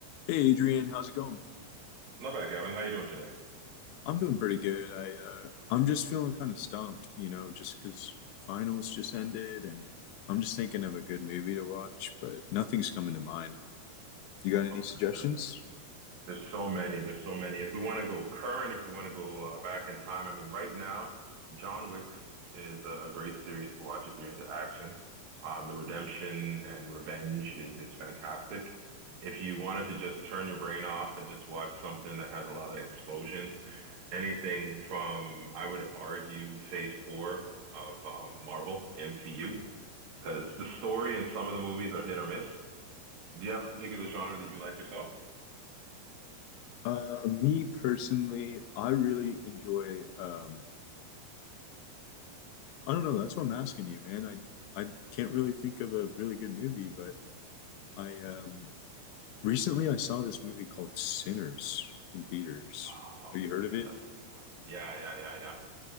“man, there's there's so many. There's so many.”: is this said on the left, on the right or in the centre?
Right